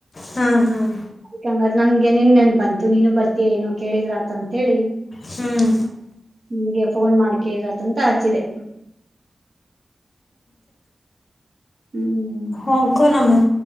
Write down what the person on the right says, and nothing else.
ಅಕಂಗ ನನ್ಗೆ ನಿನ್ ನನ್ ಬಂತು ನೀನು ಬರ್ತಯ ಏನೋ ಕೇಳಿದ್ರ ಆತ ಅಂತ ಹೇಳಿ.
ನಿನ್ಗೆ ಫೋನ್ ಮಾಡ್ ಕೇಳರತಂತ ಹಚ್ಚಿದೆ. ಹ್ಮ್.